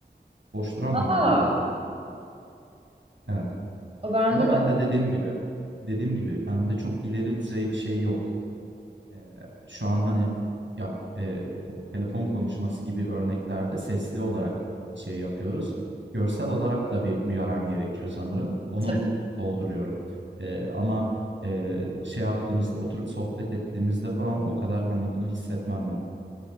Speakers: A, on the right (about 85°); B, on the right (about 30°).
A: Boş duramam
B: Aa,
A: yani o. Evet.
B: o bende
A: Ama
B: de
A: ben
B: var
A: de dediğim gibi, dediğim gibi bende çok ileri düzey bir şey yok. Eee, şu an hani yap, eee, ko- telefon konuşması gibi örneklerde sesli olarak bir şey yapıyoruz. Görsel olarak da bir uyaran gerekiyor sanırım. Onu
B: tabii.
A: dolduruyorum. Eee, ama eee, şey yaptığımızda oturup sohbet ettiğimizde falan o kadar hani bunu hissetmem ben.